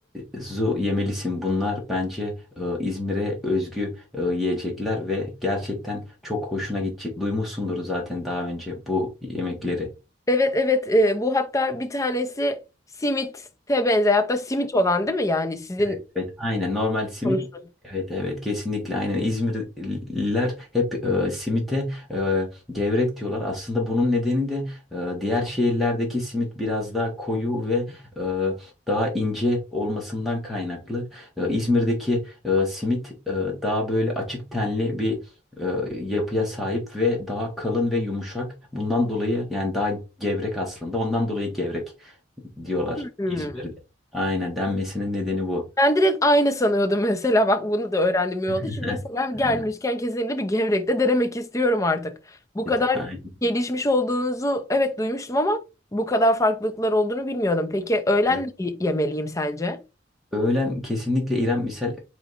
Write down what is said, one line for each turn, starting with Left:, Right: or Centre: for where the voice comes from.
Centre: e, zu yemelisin. Bunlar bence e, İzmir'e özgü e, yiyecekler ve gerçekten çok hoşuna gidecek. Duymuşsundur zaten daha önce bu yemekleri.
Left: Evet evet e, bu hatta bir tanesi simite benzer hatta simit olan değil mi? Yani sizin
Centre: Evet, evet, aynen normal simit.
Left: konuştuğunuz.
Centre: Evet evet kesinlikle aynen İzmirliler hep e, simite e, gevrek diyorlar. Aslında bunun nedeni de e, diğer şehirlerdeki simit biraz daha koyu ve e, daha ince olmasından kaynaklı. E, İzmir'deki e, simit e, daha böyle açık tenli bir e, yapıya sahip ve daha kalın ve yumuşak. Bundan dolayı yani daha gevrek aslında. Ondan dolayı gevrek diyorlar
Left: Hmm.
Centre: İzmir'de. Aynen denmesinin nedeni bu.
Left: Ben direkt aynı sanıyordum mesela bak bunu da öğrendim iyi
Centre: <laughs>
Left: oldu. Şimdi mesela gelmişken
Centre: Aynen.
Left: kesinlikle bir gevrek de denemek istiyorum artık. Bu kadar
Centre: Evet, aynen.
Left: gelişmiş olduğunuzu evet duymuştum ama bu kadar farklılıklar olduğunu bilmiyordum. Peki öğlen
Centre: Evet.
Left: ne yemeliyim sence?
Centre: Öğlen kesinlikle İrem misal